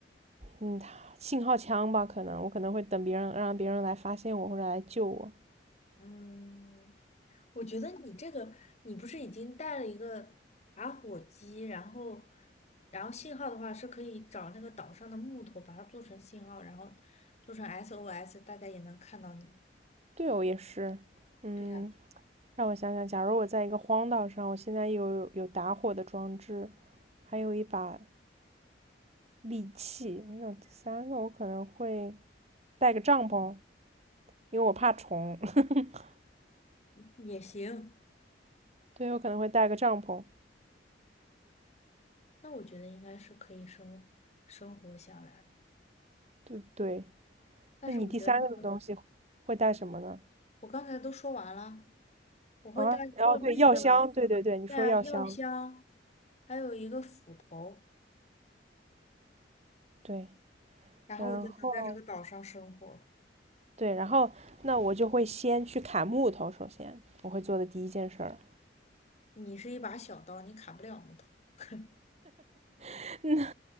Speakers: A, on the right; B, on the left.
A: 嗯，信号枪吧，可能我可能会等别人让别人来发现我或者来救我。
B: 嗯，我觉得你这个，你不是已经带了一个打火机，然后，然后信号的话是可以找那个岛上的木头，把它做成信号，然后做成 SOS，大家也能看到你。
A: 对哦，也是，嗯，
B: 对呀。
A: 让我想想，假如我在一个荒岛上，我现在有有打火的装置，还有一把利器，那第三个我可能会带个帐篷，因为我怕虫。<laughs>
B: 也行，
A: 对，我可能会带个帐篷。
B: 那我觉得应该是可以生生活下来。
A: 对对，
B: 但是我觉得那个，
A: 那你第三个的东西会带什么呢？
B: 我刚才都说完了，我会带过滤的，
A: 啊，然后对药箱，对对对，你说药箱，
B: 对啊，药箱，还有一个斧头，
A: 对，
B: 然后我就能在这个岛上生活了。
A: 然后对，然后那我就会先去砍木头，首先我会做的第一件事儿，
B: 你是一把小刀，你砍不了木头。<laughs>
A: <laughs> 那